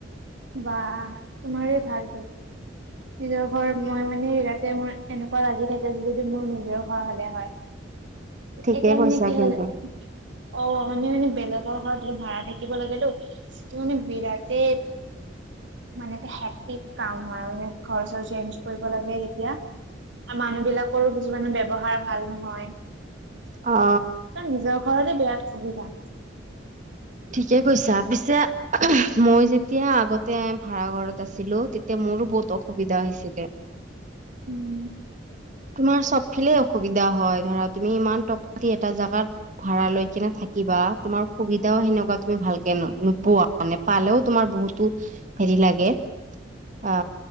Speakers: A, on the right (about 75°); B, on the right (about 40°).
A: বাহ, তোমাৰ ভালটো নিজৰ ঘৰ। মই মানে ইয়া- তে মোৰ এনেকুৱা লাগি থাকে যে যদি মোৰ নিজৰ ঘৰ হ'লে হয়।
B: ঠিকে
A: এতিয়া
B: কৈছা
A: মানে কি
B: কিন্তু
A: হ'ল- অ' মানে-মানে বেলেগৰ ঘৰত এইটো ভাড়া থাকিব লাগে তো যিটো মানে বিৰাটেই- মানে হেপি কাম হয় আৰু মানে ঘৰ-চৰ চেঞ্জ কৰিব লাগে যেতিয়া। আৰু মানুহ বিলাকৰো কিছুমানে ব্যৱহাৰ ভাল নহয়।
B: অ।
A: নিজৰ ঘৰতে বিৰাট সুবিধা।
B: ঠিকে কৈছা, পিছে মই যেতিয়া আগতে ভাড়া ঘৰত আছিলো, তেতিয়া মোৰো বহুত অসুবিধা হৈছিলে।
A: উম,
B: তোমাৰ চব ফিলে অসুবিধা হয়, ধৰা তুমি ইমান টকা দি এটা জোগাত ভাড়া লৈ কেনে থাকিবা, তোমাৰ সুবিধাও সেনেকুৱা তুমি ভালকে নো, নোপোৱা। মানে পালেও, তোমাৰ বহুতো হেৰি লাগে। অ,